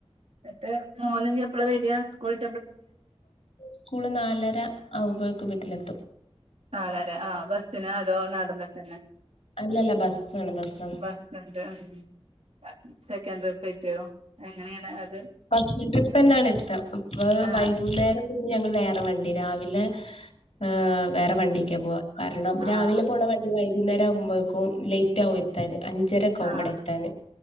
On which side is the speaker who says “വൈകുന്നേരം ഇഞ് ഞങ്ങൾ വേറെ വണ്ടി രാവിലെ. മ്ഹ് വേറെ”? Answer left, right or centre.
Left